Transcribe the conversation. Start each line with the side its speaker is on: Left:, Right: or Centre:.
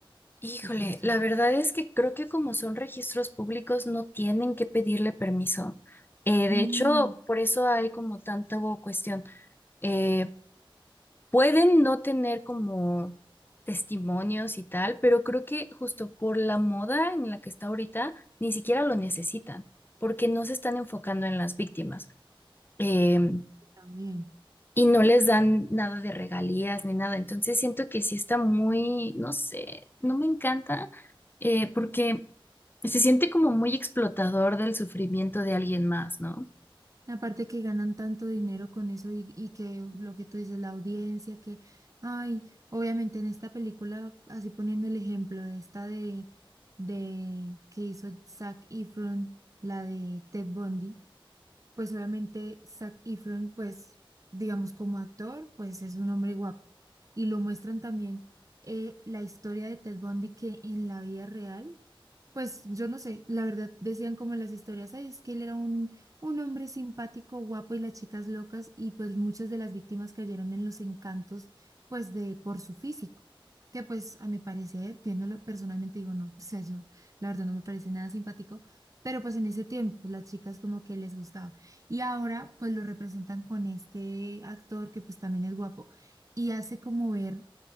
Left: Híjole,
Right: o cómo se...
Left: la verdad es que creo que como son registros públicos no tienen que pedirle permiso. Eh, de
Right: Mm,
Left: hecho, por eso hay como tanta bo- cuestión. Eh, pueden no tener como testimonios y tal, pero creo que justo por la moda en la que está ahorita, ni siquiera lo necesitan, porque no se están enfocando en las víctimas. Em,
Right: también.
Left: y no les dan nada de regalías ni nada. Entonces siento que sí está muy, no sé, no me encanta. eh, porque Se siente como muy explotador del sufrimiento de alguien más, ¿no?
Right: Aparte que ganan tanto dinero con eso y, y que lo que tú dices, la audiencia, que, ay, obviamente en esta película, así poniendo el ejemplo de esta de, de que hizo Zac Efron, la de Ted Bundy, pues obviamente Zac Efron, pues digamos como actor, pues es un hombre guapo. Y lo muestran también eh, la historia de Ted Bundy que en la vida real. Pues yo no sé, la verdad decían como en las historias, ay, es que él era un, un hombre simpático, guapo y las chicas locas y pues muchas de las víctimas cayeron en los encantos pues de por su físico, que pues a mi parecer, viéndolo personalmente digo no, <laughs> o sea, yo la verdad no me parece nada simpático, pero pues en ese tiempo las chicas como que les gustaba y ahora pues lo representan con este actor que pues también es guapo y hace como ver